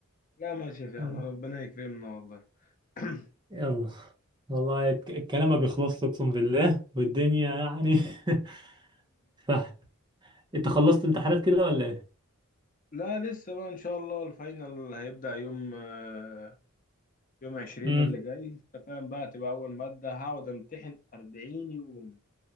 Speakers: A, on the left; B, on the right.
A: لا ماشي فعلا
B: مم.
A: ربنا يكرمنا والله <clears throat>
B: يلا والله الك- الكلام ما بيخلصش اقسم بالله والدنيا يعني <laughs> صح انت خلصت امتحانات كده ولا ايه؟
A: لا لسه بقى ان شاء الله الفاينل هيبدأ يوم آه، يوم عشرين
B: امم
A: اللي جاي انت فاهم بقى تبقى أول مادة هقعد أمتحن أربعين يوم